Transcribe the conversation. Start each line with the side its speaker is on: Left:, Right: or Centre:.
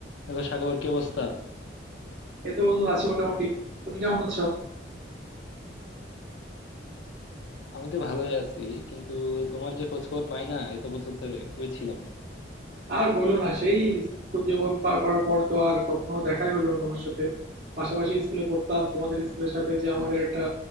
Left: Hello Sagar কি অবস্থা
Right: এই তো বন্ধু আছি মোটামুটি তুমি কেমন আছো
Left: আমি তো ভালোই আছি কিন্তু তোমার যে খোঁজ খবর পাই না এত বছর ধরে কই ছিলাম
Right: আর বলো না সেই স্কুল জীবন পার করার পর তো আর কখনো দেখাই হলো না তোমার সাথে পাশাপাশি স্কুলে পড়তাম তোমাদের স্কুলের সাথে যে আমাদের
Left: আচ্ছা
Right: একটা